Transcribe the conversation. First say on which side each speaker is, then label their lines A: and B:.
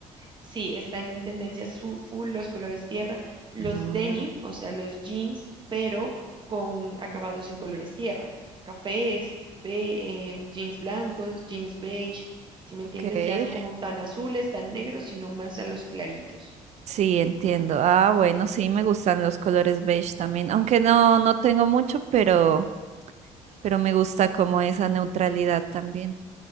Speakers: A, on the right; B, on the right.
A: Sí, están en tendencia su- full los colores tierra, los
B: Mm,
A: denim, o sea, los jeans, pero con acabados en colores tierra, cafés, be- eh, jeans blancos, jeans beige, si me entiendes,
B: ok.
A: ya no como tan azules, tan negros, sino más a los claritos.
B: Sí, entiendo. Ah, bueno, sí, me gustan los colores beige también, aunque no, no tengo mucho, pero, pero me gusta como esa neutralidad también.